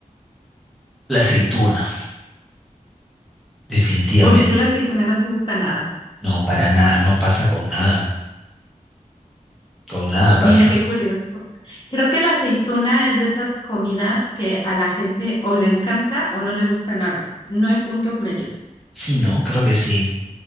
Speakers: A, in the centre; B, on the left.
A: La aceituna, definitivamente.
B: ¿Por qué la aceituna no te gusta nada?
A: No, para nada, no pasa con nada, con nada
B: Mira,
A: pasa.
B: qué curioso. Creo que la aceituna es de esas comidas que a la gente o le encanta o no le gusta nada. No hay puntos medios.
A: Sí, no, creo que sí.